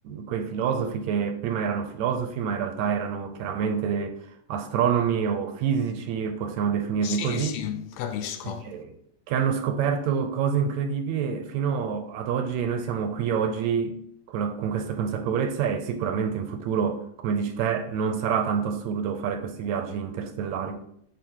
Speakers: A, on the right (about 75°); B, on the left (about 75°).
A: quei filosofi che prima erano filosofi, ma in realtà erano chiaramente de- astronomi o fisici, possiamo definirli
B: Sì,
A: così,
B: sì, capisco.
A: eh, che hanno scoperto cose incredibili e fino ad oggi e noi siamo qui oggi. Con, la- con questa consapevolezza e sicuramente in futuro, come dici te, non sarà tanto assurdo fare questi viaggi interstellari.